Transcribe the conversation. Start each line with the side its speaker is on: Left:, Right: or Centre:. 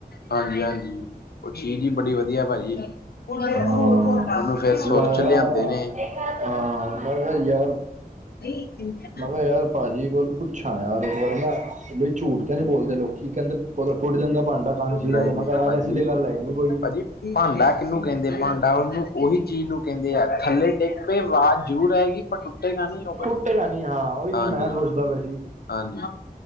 Left: ਹਾਂਜੀ-ਹਾਂਜੀ, ਉਹ ਚੀਜ਼ ਜੀ ਬੜੀ ਵਧੀਆ, ਭਾਜੀ। ਉਹਨੂੰ
Right: ਹਾਂ
Left: ਫੇਰ
Right: ਮੈਂ
Left: ਸੁਰ 'ਚ ਲਿਆਂਦੇ ਨੇ।
Right: ਕਿਹਾ ਹਾਂ, ਮੈਂ ਕਿਹਾ ਯਾਰ
Left: ਠੀਕ ਨਹੀਂ ਕਿ
Right: ਮੈਂ ਕਿਹਾ ਯਾਰ ਭਾਜੀ <unintelligible> ਅੱਛਾ ਯਾਰ, ਇੱਕ ਵਾਰੀ ਨਾ ਬਈ ਝੂਠ ਤਾਂ ਨੀ ਬੋਲਦੇ ਲੋਕੀ। ਕਹਿੰਦੇ ਪੇ ਟੁੱਟ ਜਾਂਦਾ ਭਾਂਡਾ ਕਾਂਸੀ
Left: ਨਹੀਂ-ਨਹੀਂ
Right: ਦਾ ਤੇ ਮੈਂ ਕਿਹਾ ਯਾਰ
Left: ਭਾਜੀ
Right: ਤੁਡੇ ਗੱਲ ਆਈ ਨੀ ਕੋਈ
Left: ਭਾਜੀ ਭਾਂਡਾ ਕਿਹਨੂੰ ਕਹਿੰਦੇ। ਭਾਂਡਾ ਉਹਨੂੰ, ਉਹੀ ਚੀਜ਼ ਨੂੰ ਕਹਿੰਦੇ ਆ। ਥੱਲੇ ਇੱਕ ਵਾਜ਼ ਜ਼ਰੂਰ ਆਏਗੀ, ਪਰ ਟੁੱਟੇਗਾ ਨੀ ਉਹ ਕਦੀ।
Right: ਟੁੱਟੇਗਾ ਨਹੀਂ ਹਾਂ ਉਹੀ ਤੇ
Left: ਹਾਂਜੀ,
Right: ਮੈਂ
Left: ਹਾਂ
Right: ਸੋਚਦਾ ਪਿਆ ਸੀ।
Left: ਹਾਂਜੀ।